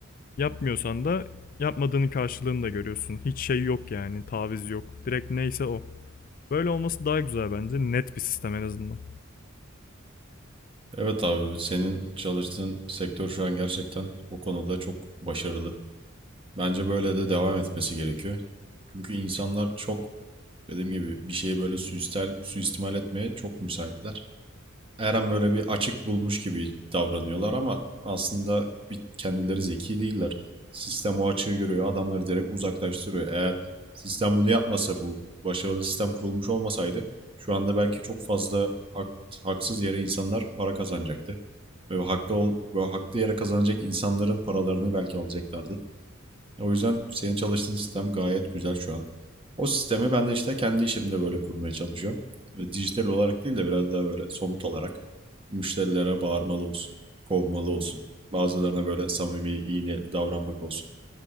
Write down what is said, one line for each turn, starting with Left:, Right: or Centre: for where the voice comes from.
Left: Yapmıyorsan da yapmadığının karşılığını da görüyorsun. Hiç şey yok yani, taviz yok. Direkt neyse o. Böyle olması daha güzel bence. Net bir sistem en azından.
Right: Evet abi senin çalıştığın sektör şu an gerçekten o konuda çok başarılı. Bence böyle de devam etmesi gerekiyor. Çünkü insanlar çok dediğim gibi bir şeyi böyle suistel, suistimal etmeye çok müsaitler. Her an böyle bir açık bulmuş gibi davranıyorlar ama aslında kendileri zeki değiller. Sistem o açığı görüyor, adamları direkt uzaklaştırıyor. Eğer sistem bunu yapmasa bu başarılı sistem kurulmuş olmasaydı şu anda belki çok fazla hak- haksız yere insanlar para kazanacaktı. Ve haklı ol, ve haklı yere kazanacak insanların paralarını belki alacaklardı. O yüzden senin çalıştığın sistem gayet güzel şu an. O sistemi ben de işte kendi işimde böyle kurmaya çalışıyorum. Ve dijital olarak değil de biraz daha böyle somut olarak müşterilere bağırmalı olsun, kovmalı olsun. Bazılarına böyle samimi, iyi niyetli davranmak olsun.